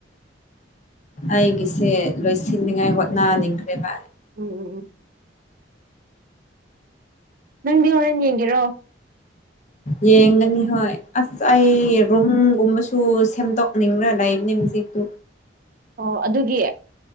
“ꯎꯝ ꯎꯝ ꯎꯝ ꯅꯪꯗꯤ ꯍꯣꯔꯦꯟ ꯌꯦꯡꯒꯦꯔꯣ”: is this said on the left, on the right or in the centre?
Right